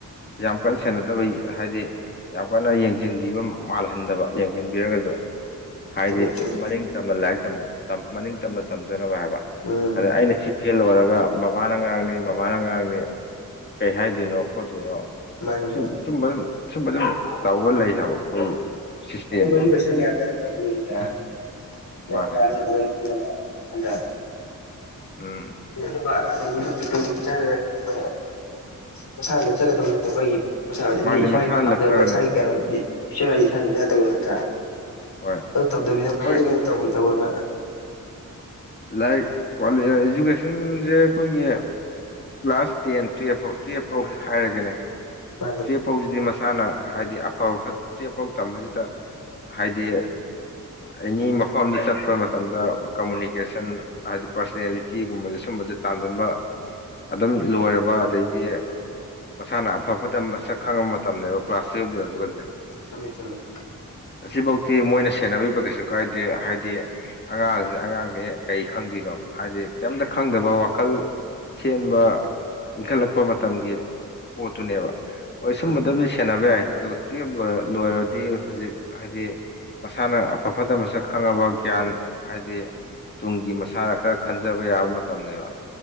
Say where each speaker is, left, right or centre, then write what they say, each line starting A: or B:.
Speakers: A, on the left (about 30°); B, on the left (about 90°).
A: ꯌꯥꯝ ꯀꯟꯅ ꯁꯦꯟꯅꯗꯕꯩ ꯍꯥꯏꯗꯤ ꯌꯥꯝ ꯀꯟꯅ ꯌꯦꯡꯖꯟꯕꯤꯕ ꯃꯥꯜꯍꯟꯗꯕ ꯌꯦꯡꯖꯟꯟꯕꯤꯔꯒꯁꯨ ꯍꯥꯏꯗꯤ
B: ꯆꯨꯝꯃꯤ ꯆꯨꯝꯃꯤ
A: ꯃꯅꯤꯡ ꯇꯝꯅ ꯂꯥꯏꯔꯤꯛ ꯇꯝ ꯃꯅꯤꯡ ꯇꯝꯅ ꯇꯝꯖꯅꯕ ꯍꯥꯏꯕ
B: ꯎꯝ
A: ꯑꯗ ꯑꯩꯅ ꯊꯤꯞ ꯐꯦꯜ ꯑꯣꯏꯔꯒ ꯕꯕꯥꯅ ꯉꯥꯡꯅꯤ ꯃꯃꯥꯅ ꯉꯥꯡꯅꯤ ꯀꯩ ꯍꯥꯏꯗꯣꯏꯅꯣ ꯈꯣꯠꯇꯣꯏꯅꯣ
B: ꯃꯥꯅꯤ
A: ꯁꯨꯝ
B: ꯃꯥꯅꯤ
A: ꯁꯨꯝꯕ ꯑꯗꯨꯝ ꯁꯨꯝꯕ ꯑꯗꯨꯝ ꯇꯧꯔ ꯂꯩ ꯍꯥꯏꯕ ꯈꯣꯏꯒꯤ ꯁꯤꯁꯇꯦꯝ
B: ꯅꯪꯗꯤ ꯄꯩꯁꯥ ꯃꯌꯥꯝ <unintelligible>
A: ꯃꯥꯅꯦ
B: <unintelligible>
A: ꯎꯝ
B: ꯑꯗꯨꯝꯕ ꯑꯉꯥꯡꯒꯤ
A: ꯑꯁ
B: ꯃꯣꯏꯒꯤ ꯇꯨꯛꯒꯤ ꯐꯤꯆꯔꯗꯒꯤ ꯃꯣꯏ ꯃꯁꯥꯅ ꯂꯦꯞꯆꯥ ꯆꯒꯗꯕꯁ ꯃꯣꯏꯒꯤ ꯃꯁꯥꯗꯤ
A: ꯃꯥꯗꯤ
B: ꯏꯁꯥꯒꯤ
A: ꯃꯁꯥꯅ
B: ꯄꯥꯝꯖꯕ
A: ꯂꯦꯞꯆꯒꯅꯤ
B: ꯏꯁꯥꯒꯤ ꯀꯩꯅꯣꯗꯤ ꯐꯤꯆꯔ ꯍꯥꯏꯗꯤ ꯏꯁꯥꯅ ꯏꯁꯥꯗ ꯇꯧꯒꯗꯕ ꯅꯠꯇ꯭ꯔꯥ
A: ꯍꯣꯏ
B: ꯑꯗꯨ ꯇꯧꯗꯕꯤꯗ <unintelligible>
A: ꯍꯣꯏ
B: ꯇꯧꯒꯤ ꯇꯧꯔꯒ
A: ꯂꯥꯏꯔꯤꯛ ꯀ꯭ꯋꯥꯂꯤ ꯏꯖꯨꯀꯦꯁꯟꯖꯦ ꯈꯣꯏꯒꯤ ꯀ꯭ꯂꯥꯁ ꯇꯦꯟ ꯇꯨꯌꯦꯜꯐ ꯐꯥꯎ ꯇꯨꯌꯦꯐ ꯐꯥꯎ ꯍꯥꯏꯔꯒꯅꯦ
B: ꯃꯥꯅꯤ
A: ꯇꯨꯌꯦꯜꯐ ꯐꯥꯎꯁꯤꯗꯤ ꯃꯁꯥ ꯏꯁꯥꯅ ꯍꯥꯏꯗꯤ ꯑꯐꯕ ꯐꯠ ꯇꯨꯋꯤꯜꯐ ꯐꯥꯎ ꯇꯝꯕꯁꯤꯗ ꯍꯥꯏꯗꯤ ꯑꯦꯅꯤ ꯃꯐꯝ ꯑꯃꯗ ꯆꯠꯄ ꯃꯇꯝꯗ ꯀꯃꯨꯅꯤ ꯀꯦꯁꯟ ꯍꯥꯏꯗꯤ ꯄꯥꯔꯁꯅꯦꯂꯤꯇꯤꯒꯨꯝꯕꯖꯦ ꯁꯨꯝꯕꯖꯦ ꯇꯥꯟꯖꯟꯕ ꯑꯗꯨꯝ ꯂꯣꯏꯔꯕ ꯑꯗꯩꯗꯤ ꯃꯁꯥꯅ ꯑꯐ ꯐꯠꯇ ꯃꯁꯛ ꯈꯪꯉꯥꯕ ꯃꯇꯝꯅꯦꯕ ꯀ꯭ꯂꯥꯁ ꯇꯨꯋꯦꯜꯚ ꯂꯣꯏꯕꯒꯖꯦ
B: ꯆꯨꯝꯃꯤ ꯆꯨꯝꯃꯤ
A: ꯑꯁꯤꯐꯧꯗꯤ ꯃꯣꯏꯅ ꯁꯦꯟꯅꯕꯤꯕ ꯀꯩꯁꯨ ꯀꯥꯏꯗꯦ ꯍꯥꯏꯗꯤ ꯑꯉꯥꯡ ꯍꯥꯏꯖꯤ ꯑꯉꯥꯡꯅꯤ ꯀꯩ ꯈꯪꯗꯤꯅꯣ ꯍꯥꯏꯗꯤ ꯀꯦꯝꯇ ꯈꯪꯗꯕ ꯋꯥꯈꯜ ꯁꯦꯟꯕ ꯏꯟꯈꯠꯂꯛꯄ ꯃꯇꯝꯒꯤ ꯄꯣꯠꯇꯨꯅꯦꯕ ꯍꯣꯏ ꯁꯨꯝꯕꯗꯕꯨ
B: ꯎꯝ
A: ꯁꯦꯟꯅꯕ ꯌꯥꯏ ꯑꯗꯨꯒ ꯇꯨꯋꯦꯜꯞ ꯂꯣꯏꯔ ꯂꯣꯏꯔꯗꯤ ꯍꯧꯖꯤꯛ ꯍꯥꯏꯗꯤ ꯃꯁꯥꯅ ꯑꯐ ꯐꯠꯇ ꯃꯁꯛ ꯈꯪꯉꯕ ꯒ꯭ꯌꯥꯟ ꯍꯥꯏꯗꯤ ꯇꯨꯡꯒꯤ ꯃꯁꯥꯅ ꯈꯔ ꯈꯟꯖꯕ ꯌꯥꯕ ꯃꯇꯝꯅꯦꯕ